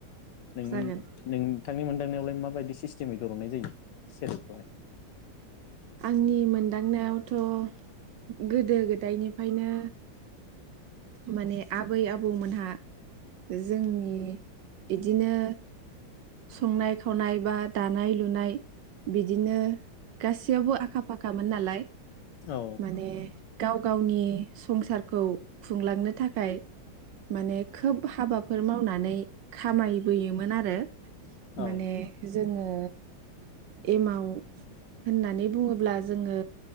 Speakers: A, on the left (about 70°); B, on the right (about 70°).
A: नोंनि
B: जागोन
A: नोंथांनि मोन्दांनायावलाय मा बायदिस सिस्टेमै दरुनाय जायो सेरेब खौहाय?
B: आंनि मोनदांनायावथ थ गोदो गोदायनिफायनो माने आबै आबौमोनहा जोंनि इदिनो संनाय खावनाय बाद दानाय लुनाय बिदिनो गासैयावबो आखा फाखामोन नालाय
A: औ
B: माने गाव गावनि संसार खौ खुंलांनो थाखाय माने खोब हाबाफोर मावनानै खामायबोयोमोन आरो
A: औ
B: माने जोङो एमाव होननानै बुङोब्लाज जोङो